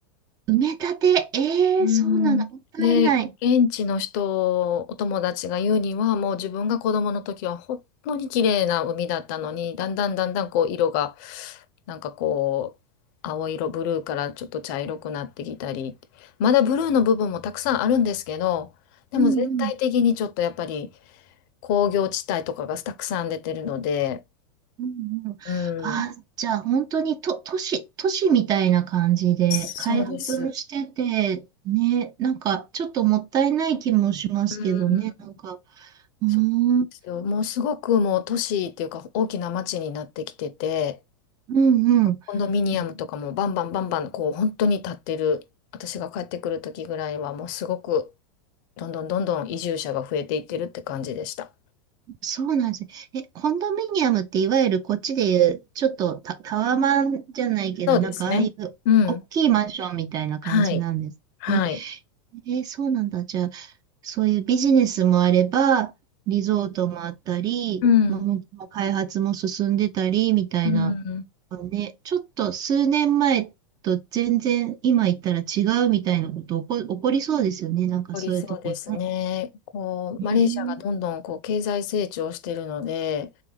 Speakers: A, on the right; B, on the left.
A: 埋め立て、ええそうなんだ、
B: うん。
A: もったいない。
B: で、現地の人、お友達が言うには、もう自分が子供の時は本当に綺麗な海だったのに、だんだんだんだんこう色が、なんかこう、青色、ブルーからちょっと茶色くなってきたり、まだブルーの部分もたくさんあるんですけど、でも全体的にちょっとやっぱり
A: うんうん。
B: 工業地帯とかがたくさん出てるので、
A: うんうん、
B: うん、
A: あー、じゃあ本当にと、都市、都市みたいな感じで開発もしてて、
B: そうです。
A: ね、なんかちょっともったいない気もしますけどね、
B: うん
A: なんか、うーん、
B: そうなんですよ。
A: う
B: もうすごくもう都市っていうか大きな街になってきてて、
A: んうん。
B: コンドミニアムとかもバンバンバンバンこう本当に建ってる、
A: え
B: 私が帰ってくる時ぐらいはもうすごくどんどんどんどん移住者が増えていってるって感じでした。
A: そうなんですね。え、コンドミニアムっていわゆるこっちでいう、ちょっとタ、タワマンじゃないけど、
B: そうですね。
A: なんかああいう大きいマンションみたいな感じなんですね。
B: うん。はい。はい。
A: えーそうなんだ。じゃあ、そういうビジネスもあれば、リゾートもあったり、
B: うん。
A: まあ、本当の開発も進んでたり、みたいな、
B: うん。
A: ね、ちょっと数年前と全然今言ったら違うみたいなこと起こ、起こりそうですよね。なんかそういうとこね。
B: おりそうですね。こう、
A: ねえ
B: マレーシアがどんどんこう経済成長してるので、